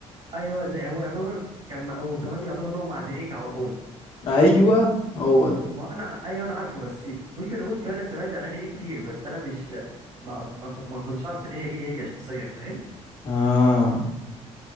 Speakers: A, on the right (about 50°); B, on the left (about 50°).
A: ايوه زي هو يعتبر كان مع- وكمان يعتبر ان هو مع دريك على طول
B: ايوه هو ده
A: ما انا ع- ايوه انا عارفه بس ويمكن اكون فعلا سمعت اغاني ليه كتير بس انا مش ما ما ما كنتش عارف ان هي ليه هي شخصيا فاهم؟
B: اه